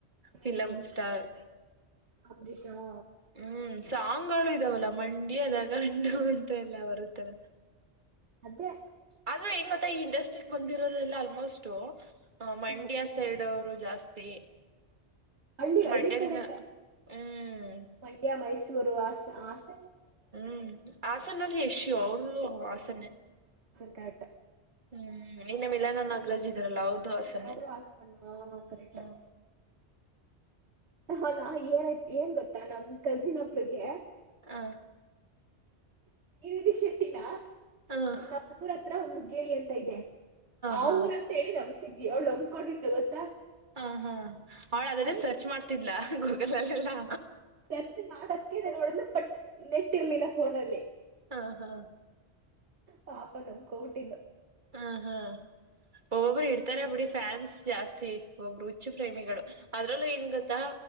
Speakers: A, on the right (about 85°); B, on the right (about 45°).
A: ಹ್ಮ್
B: ಫಿಲಂ ಸ್ಟಾರ್
A: ಅಂಬರೀಷ್ ಹ
B: ಹ್ಮ್. ಸಾಂಗ್ಗಳು ಇದಾವಲ್ಲ ಮಂಡ್ಯದ ಗಂಡು ಅಂತ ಎಲ್ಲ ಬರುತ್ತಲ್ಲ.
A: ಅತ್ತೆ
B: ಆದ್ರು ಹೆಂಗ್ ಗೊತ್ತಾ ಈ ಇಂಡಸ್ಟ್ರಿಗ್ ಬಂದ್ ಬಂದಿರೋರೆಲ್ಲಾ ಆಲ್ಮೋಸ್ಟು ಹಾ ಮಂಡ್ಯ
A: ಹ್ಮ್
B: ಸೈಡ್ ಅವರು ಜಾಸ್ತಿ
A: ಹಳ್ಳಿ ಹಳ್ಳಿ
B: ಮಂಡ್ಯದಿಂದ
A: ಕಡೆನೇ
B: ಹ್ಮ್
A: ಮಂಡ್ಯ ಮೈಸೂರ್ <unintelligible>
B: ಹ್ಮ್ ಹಾಸನಲ್ಲಿ ಯಶು ಅವ್ರ್ದುಹಾಸನೆ
A: ಟಾಟಾ
B: ಹ್ಮ್ ಇನ್ನ ಮಿಲನ ನಾಗರಾಜ್ ಇದ್ರಲ್ಲ ಅವ್ರ್ದು ಹಾಸನ್ನೆ
A: ಅವರು ಹಾಸನ್ ಕರೆಕ್ಟ್
B: ಹ್ಮ್.
A: <unintelligible> ಏನ್ ಗೊತ್ತಾ ನಮ ಕಜಿನ್ ಒಬ್ರುಗೆ
B: ಹಾ.
A: ಶ್ರೀನಿಧಿ ಶೆಟ್ಟಿನಾ?
B: ಹ ಹ
A: ನಮ್ ಊರ್ ಹತ್ರ ಒಂದು ಕೇಳಿ ಹತ್ತ್ ಐತೆ ಆ
B: ಹ ಹ
A: ಊರ್ ಅಂತ ಹೇಳಿ ನಂಬ್ಸಿ ಅವ್ಳ್ ಅಮ್ಕೊಂಡಿದ್ಲು ಗೊತ್ತಾ
B: ಹಾ ಹಾ ಅವ್ಳ್ ಹಾಗಾದ್ರೆ
A: ಆಮೇಲೆ
B: ಸರ್ಚ್ ಮಾಡ್ತಿದ್ಲಾ? ಗೂಗಲ್ ಅಲ್ಲೆಲ್ಲಾ
A: ಸರ್ಚ್ ಮಾಡಕ್ಕೆ ಅಂತ ನೋಡುದ್ಲು ಪಟ್ ನೆಟ್ ಇರ್ಲಿಲ್ಲ ಫೋನಲ್ಲಿ.
B: ಹಾ ಹಾ.
A: ಪಾಪ ನಂಬ್ಕೋಬಿಟ್ಟಿದ್ಲು.
B: ಹಾ ಹಾ. ಒಬೊಬ್ರು ಇಡ್ತಾರೆ ಬಿಡಿ ಫ್ಯಾನ್ಸ್ ಜಾಸ್ತಿ <unintelligible> ಹುಚ್ಚು ಪ್ರೇಮಿಗಳು ಅದ್ರಲ್ಲೂ ಏನ್ ಗೊತ್ತಾ